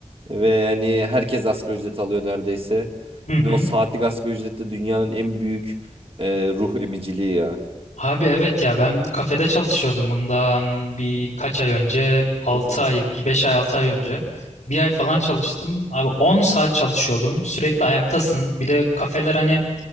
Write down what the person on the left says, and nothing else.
<laughs>
Abi evet ya ben kafede çalışıyordum bundan birkaç ay önce altı
ay bir 5 ay 6 ay önce bir ay falan çalıştım abi on saat çalışıyordum sürekli ayaktasın bir de kafeler hani